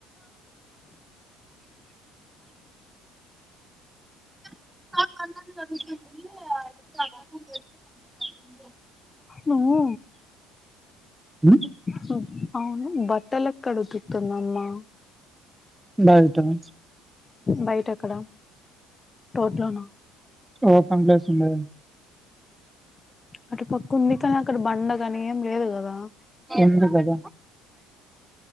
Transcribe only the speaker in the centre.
<unintelligible>
ఉమ్.
బైటనే
ఓపెన్ ప్లేస్ ఉండే
ఉంది కదా